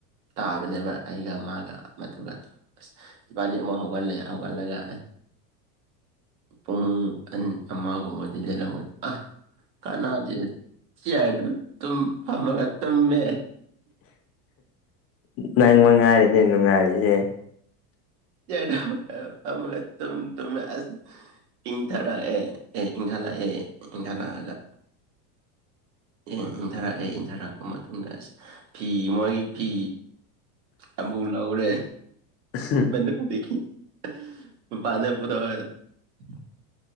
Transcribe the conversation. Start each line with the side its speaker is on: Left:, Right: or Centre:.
Right: ꯇꯥꯕꯅꯦꯕ ꯑꯩꯒ ꯃꯥꯒ ꯑꯃꯗꯨꯒ ꯢꯕꯥꯟꯅꯤ ꯑꯃꯨꯛ ꯍꯧꯒꯠꯂꯦ ꯍꯧꯒꯥꯟꯂꯒ ꯄꯨꯡ ꯑꯃꯒꯨꯝꯕꯗꯤ ꯂꯩꯔꯝꯒꯅꯤ ꯑꯥ ꯀꯅꯥꯗꯤ ꯁꯤ ꯍꯥꯏꯗꯣ ꯇꯨꯝ ꯐꯝꯃꯒ ꯇꯨꯝꯃꯦ
Left: ꯅꯪ ꯃ ꯉꯥꯏꯔꯤꯅꯦ ꯅꯨꯡꯉꯥꯏꯔꯤꯁꯦ
Right: <unintelligible> ꯏꯪꯊꯔꯑ ꯑꯦ ꯏꯪꯘꯂ ꯑꯦ ꯏꯪꯘꯂꯒ ꯑꯦ ꯏꯪꯊꯔꯛꯑꯦ ꯏꯪꯊꯔꯛꯄ ꯃꯇꯨꯡꯗ ꯑꯁ ꯐꯤ ꯃꯣꯏꯒꯤ ꯐꯤ ꯑꯃꯨ ꯂꯧꯔꯦ
Left: <unintelligible>
Right: <unintelligible>